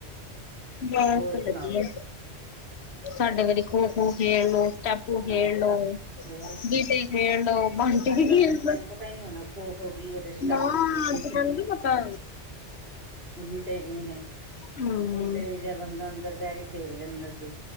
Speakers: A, on the left; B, on the right.
A: ਬਸ
B: ਹੋਰ ਸੁਣਾਓ
A: ਵਧੀਆ ਸਾਡੇ ਵਾਰੀ ਖੋ-ਖੋ ਖੇਲ ਲੋ। ਸਟਪੂ ਖੇਣਲੋ,
B: ਹਾਂ ਹੋਰ
A: ਗੀਟੇ ਖੇਣਲੋ, ਬਾਂਟੇ
B: ਅੱਜ ਕੱਲ੍ਹ
A: ਖੇਣ
B: ਬੱਚਿਆਂ
A: ਲੋ
B: ਨੂੰ ਪਤਾ ਹੀ ਨਹੀਂ ਹੋਣਾ ਖੋ ਖੋ ਗਈ ਹੈ ਤੇ ਸਟੱਪ
A: ਨਾ
B: ਹੋ ਗਈ ਹੈ
A: ਅੱਜ-ਕੱਲ ਨੀ ਪਤਾ।
B: ਗੀਟੇ ਗੀ ਨੇ
A: ਹੂੰ
B: ਗੀਟੇ। ਬੰਦਾ ਅੰਦਰ ਬਹਿ ਕੇ ਖੇਲ ਲੈਂਦਾ ਸੀ।